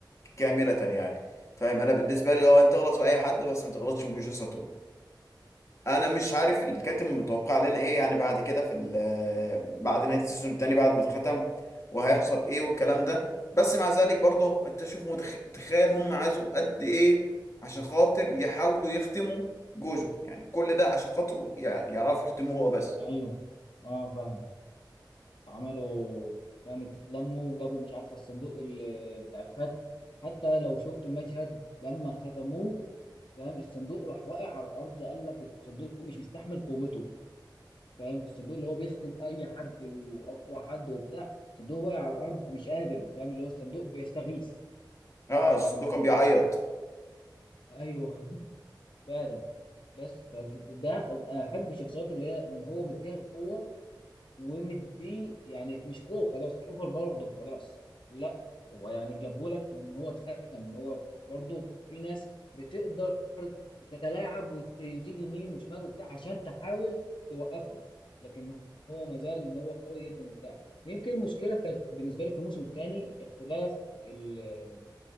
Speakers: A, on the left; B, on the left.
A: كاملة يعني فاهم أنا بالنسبة لي لو أنت تغلط في أي حد بس ما تغلطش في جوجوتسو ساتورو انا مش عارف الكاتب متوقع لنا ايه يعني بعد كده في ال- بعد نهايه السيزون التاني بعد ما اتختم وهيحصل ايه والكلام ده بس مع ذلك برضه انت شوف متخ... تخيل هم عازوا قد ايه عشان خاطر يحاولوا يختموا جوجو يعني كل ده عشان خاطره ي... يعرفوا يختموه هو بس
B: ايوه اه فاهم. عملوا فاهم اتلموا وجابوا مش عارفه الصندوق اللي بتاع الخد حتى لو شفت الماتش هاد لما ختموه فاهم الصندوق راح واقع على الارض قال لك الصندوق مش مستحمل قوته فاهم الصندوق اللي هو بيختم اي حد واقوى حد وبتاع الصندوق واقع على الارض مش قادر فاهم اللي هو الصندوق بيستغيث
A: اه
B: ف
A: الصندوق كان بيعيط
B: ايوه <laughs> فعلا بس فده احب الشخصيات اللي هي هو مديها القوه ومديه يعني مش قوه خلاص مش اوفر باورد وخلاص لا هو يعني جابهولك وان هو اتختم ان هو برضه في ناس بتقدر تتلاعب وتيجي يمين وشمال وبتاع عشان تحاول توقفه لكن هو ما زال ان هو قوي جدا وبتاع يمكن المشكله كانت بالنسبه لي في الموسم الثاني اختلاف ال-